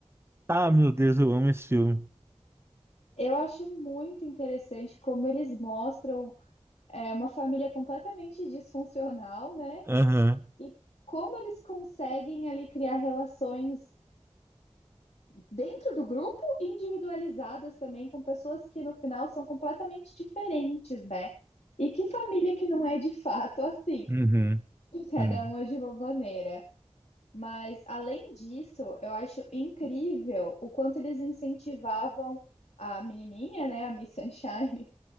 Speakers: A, on the right (about 20°); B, on the left (about 90°).
A: Ah, meu Deus, eu amo esse filme.
B: Eu acho muito interessante como eles mostram é, uma família completamente disfuncional, né?
A: Aham,
B: E como eles conseguem ali criar relações dentro do grupo e individualizadas também com pessoas que no final são completamente diferentes, né? E que família que não é de fato assim?
A: uhum,
B: <laughs> Cada
A: sim,
B: uma de uma maneira. Mas, além disso, eu acho incrível o quanto eles incentivavam a menininha, né, a Miss Sunshine,